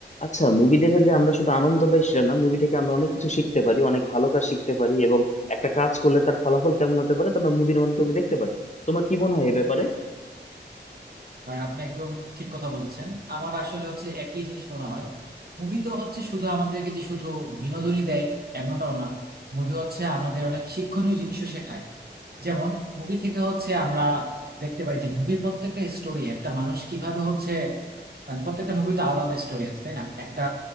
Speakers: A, on the left; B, on the right.
A: আচ্ছা মুভি দেখে যে আমরা শুধু আনন্দ পাই সেটা না মুভি থেকে আমরা অনেক কিছু শিখতে পারি অনেক ভালো কাজ শিখতে পারি এবং একটা কাজ করলে তার ফলাফল কেমন হতে পারে তা আমরা মুভির মাধ্যমে দেখতে পারি তোমার কি মনে হয় এ ব্যাপারে
B: ভাই আপনি একদম ঠিক কথা বলেছেন আমার আসলে হচ্ছে একই জিনিস মনে হয় মুভি তো হচ্ছে শুধু আমাদেরকে যে শুধু বিনোদনই দেয় এমনটাও না মুভি হচ্ছে আমাদের অনেক শিক্ষণীয় জিনিসও শেখায় যেমন মুভি থেকে হচ্ছে আমরা দেখতে পাই যে মুভির প্রত্যেকটা স্টোরি একটা মানুষ কিভাবে হচ্ছে মানে প্রত্যেকটা মুভি তো আলাদা আলাদা স্টোরি আছে তাই না একটা